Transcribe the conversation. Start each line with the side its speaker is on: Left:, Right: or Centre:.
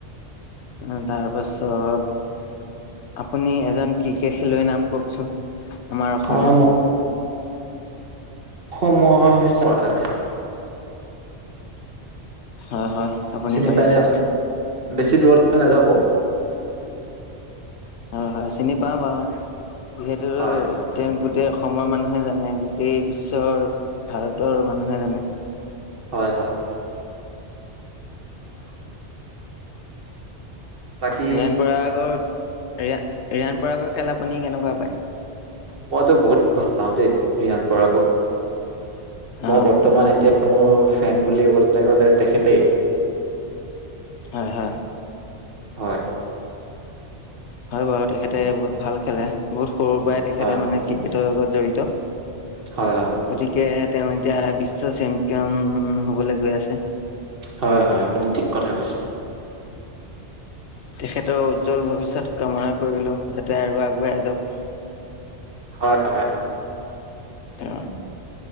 Left: আহ তাৰপাছত আপুনি এজন ক্ৰিকেট খেলুৱৈৰ নাম কওঁকচোন? আমাৰ অসমৰ?
Right: অ ম- অসমৰ হৈছে পৰাগ।
Left: হয় হয়। আপুনি
Right: চিনি
Left: পাৰিছে
Right: পাই নে আপুনি? বেছি দূৰলৈ নাযাব।
Left: হয় হয় চিনি পাওঁ বাৰু, যিহেতু
Right: হয়
Left: তেওঁক গোটেই অসমৰ মানুহে জানে, গোটেই বিশ্বৰ ভাৰতৰ মানুহে জানে।
Right: হয় হয়। বাকী
Left: ৰিয়ান পৰাগৰ, ৰিয়া- ৰিয়ান পৰাগৰ খেল আপুনি কেনেকুৱা পায়?
Right: মইতো বহুত ভাল পাওঁ দেই, ৰিয়ান পৰাগক।
Left: অ',
Right: মই বৰ্তমান এতিয়া মোৰ ফেন বুলি কবলৈ গ'লে তেখেতে।
Left: হয়- হয়।
Right: হয়।
Left: হয় বাৰু, তেখেতে বহুত ভাল খেলে। বহুত সৰুৰ পৰাই তেখেতে
Right: হয়
Left: মানে ক্ৰিকেটৰ লগত জড়িত।
Right: হয়- হয়।
Left: গতিকে, তেওঁ এতিয়া বিশ্ব চেম্পিয়ন হ'বলৈ গৈ আছে।
Right: হয়- হয়, আপুনি ঠিক কথা কৈছে।
Left: তেখেতৰ উজ্জ্বল ভৱিষ্যত কামনা কৰিলো। যাতে আৰু আগুৱাই যাওঁক।
Right: হয়- হয়।
Left: তেওঁ